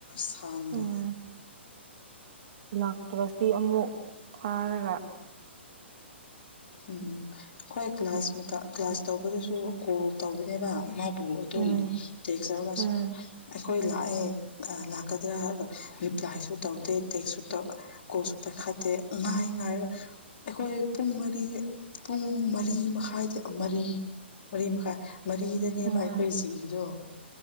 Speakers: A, on the left; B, on the right.
A: ꯁꯥꯡꯗꯣ
B: ꯎꯝ ꯂꯥꯛꯇ꯭ꯔꯗꯤ ꯑꯃꯨꯛ ꯊꯥꯔꯒ
A: ꯎꯝ ꯑꯩꯈꯣꯏ ꯀ꯭ꯂꯥꯁ ꯀ꯭ꯂꯥꯁ ꯇꯧꯕꯗꯨꯁꯨ ꯀꯣꯜ ꯇꯧꯕꯅꯦꯕ ꯃꯥꯕꯨ ꯑꯗꯨꯝ
B: ꯎꯝ
A: ꯌꯦꯖꯔꯒ
B: ꯎꯝ
A: ꯁꯥꯔ ꯑꯩꯈꯣꯏ ꯂꯥꯛꯑꯦ ꯂꯥꯛꯀꯗ꯭ꯔꯥ ꯍꯥꯏꯒ ꯔꯤꯄ꯭ꯂꯥꯏꯁꯨ ꯇꯧꯗꯦ ꯇꯦꯛꯁꯁꯨ ꯀꯣꯁꯨ ꯄꯩꯈꯥꯠꯇꯦ ꯉꯥꯏ ꯉꯥꯏꯔꯒ ꯑꯩꯈꯣꯏ ꯄꯨꯡ ꯃꯔꯤ ꯄꯨꯡ ꯃꯔꯤ ꯃꯈꯥꯏꯗ ꯃꯔꯤ ꯃꯔꯤ ꯃꯈꯥꯏ꯫ ꯃꯔꯤꯗꯅꯦꯕ
B: ꯎꯝ
A: ꯑꯩꯈꯣꯏ ꯖꯤꯛꯏꯗꯣ